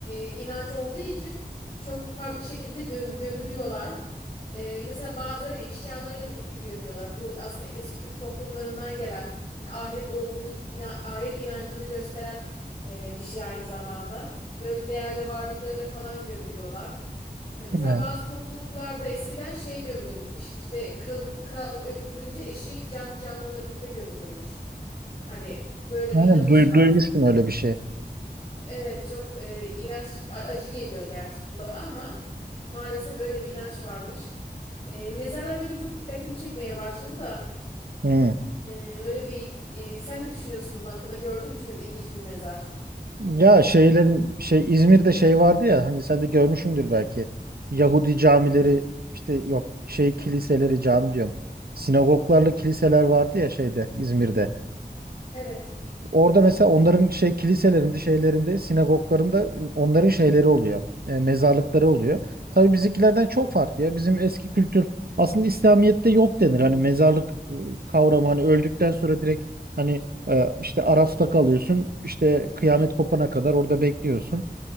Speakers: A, on the left (about 40°); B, on the right (about 65°).
A: inanç olduğu için çok farklı şekilde göm- gömülüyorlar. E, mesela bazıları eşyalarıyla birlikte gömüyorlar. Bu aslında eski Türk toplumlarından gelen hani ahiret olduğunu inan- ahiret inancını gösteren e, bir şey aynı zamanda. Böyle değerli varlıklarıyla falan gömülüyorlar. Mesela
B: Yani,
A: bazı topluluklarda eskiden şey gömülürmüş. İş- İşte kral, kral ölünce eşi canlı canlı onunla birlikte gömülürmüş. Hani böyle
B: yani
A: bir inanış
B: duy-
A: varmış.
B: duymuştum öyle bir şey.
A: Evet çok e, iğrenç, a- acı geliyor gerçi kulağa ama maalesef öyle bir inanç varmış. E, mezarlar benim çok dikkatimi çekmeye başladı da
B: Hmm.
A: e, öyle bir e, sen ne düşünüyorsun bunun hakkında? Gördün mü hiç böyle ilginç bir mezar?
B: Ya şeylerin şey İzmir'de şey vardı ya hani sen de görmüşsündür belki. Yahudi camileri işte yok şey kiliseleri cami diyorum. Sinagoglarla kiliseler vardı ya şeyde İzmir'de.
A: Evet,
B: Orada mesela onların şey kiliselerinde, şeylerinde, sinagoglarında onların şeyleri oluyor. E, mezarlıkları oluyor. Tabii bizimkilerden çok farklı ya. Bizim eski kültür aslında İslamiyet'te yok denir. Hani mezarlık e, kavramı hani öldükten sonra direkt hani e, işte Araf'ta kalıyorsun. işte kıyamet kopana kadar orada bekliyorsun.